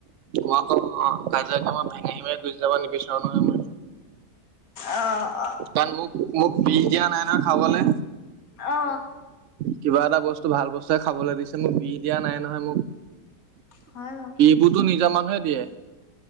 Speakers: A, on the right; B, on the left.
A: মই আকৌ অ কাজিয়াকে মই ভেঙে সিমাই গুচি যাব নিবিচাৰো নহয় মই।
B: অহ।
A: কাৰণ মোক মোক বিহ দিয়া নাই নহয় খাবলে।
B: অ
A: কিবা এটা বস্তু ভাল বস্তুৱে খাবলৈ দিছে মোক বি দিয়া নাই নহয় মোক।
B: হয় বাও।
A: গুতো নিজা মানুহে দিয়ে।